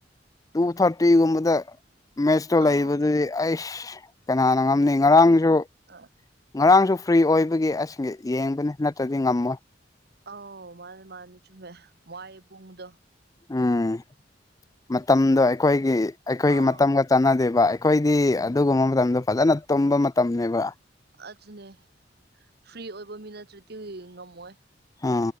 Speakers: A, on the left (about 20°); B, on the right (about 60°).
A: ꯇꯨ ꯊꯥꯔꯇꯤꯒꯨꯝꯕꯗ ꯃꯦꯠꯁꯇ ꯂꯩꯕꯗꯨꯗꯤ
B: ꯑꯥꯎ
A: ꯑꯩꯁ ꯀꯅꯥꯅ ꯉꯝꯅꯤ ꯉꯔꯥꯡꯁꯨ
B: ꯑ
A: ꯉꯔꯥꯡꯁꯨ ꯐ꯭ꯔꯤ ꯑꯣꯏꯕꯒꯤ ꯑꯁꯤꯁ ꯌꯦꯡꯕꯅꯤ ꯅꯠꯇ꯭ꯔꯗꯤ ꯉꯝꯃꯣꯏ
B: ꯑꯥꯎ ꯃꯥꯅꯦ ꯃꯥꯜꯂꯦ ꯆꯨꯝꯃꯦ ꯃ ꯄꯨꯡꯗꯣ
A: ꯎꯝ ꯃꯇꯝꯗꯣ ꯑꯩꯈꯣꯏꯒꯤ ꯑꯩꯈꯣꯏꯒꯤ
B: ꯑꯥꯎ
A: ꯃꯇꯝꯒ ꯆꯥꯟꯅꯗꯦꯕ ꯑꯩꯈꯣꯏꯗꯤ
B: ꯎꯝ
A: ꯑꯗꯨꯒꯨꯝꯕ ꯃꯇꯝꯗꯣ ꯐꯖꯅ ꯇꯨꯝꯕ ꯃꯇꯝꯅꯦꯕ
B: ꯑꯗꯨꯅꯦ ꯐ꯭ꯔꯤ ꯑꯣꯏꯕ ꯃꯤ ꯅꯠꯇ꯭ꯔꯗꯤ ꯉꯝꯃꯣꯏ
A: ꯎ